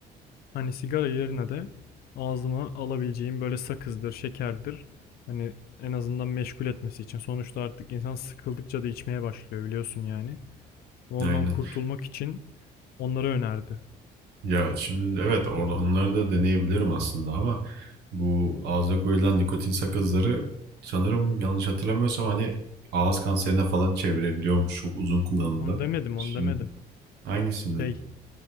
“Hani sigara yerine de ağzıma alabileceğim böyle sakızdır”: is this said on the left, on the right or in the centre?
Left